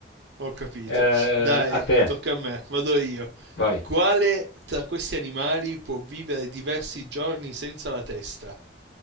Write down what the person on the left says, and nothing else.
Eh,
a te,
vai.